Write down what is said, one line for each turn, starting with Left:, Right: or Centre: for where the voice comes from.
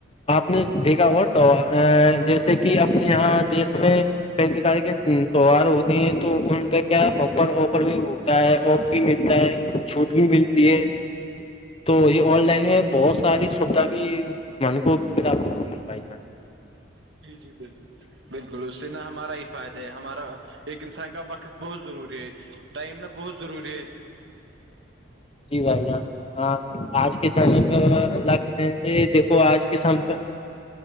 Left: آپ نے دیکھا ہو تو جیسے کہ اپنے یہاں دیش میں کئی پرکار کے تہوار ہوتے ہیں تو ان پہ کیا بپر وپر بھی ہے اک بھی ملتا ہے چھوٹ بھی ملتی ہے تو یہ آن لائن میں بہت ساری سوھا بھی من کو پراپت ہوتی ہے بھائی جان
Right: جی جی بالکل بالکل اس سے نا ہمارا ہی فائدہ ہے ہمارا ایک انسان کا وقت بہت ضروری ہے ٹائم نا بہت ضروری ہے
Left: جی بھائی جان ہاں آج کے سمے پہ وہ اللہ دیکھو آج کے سام ت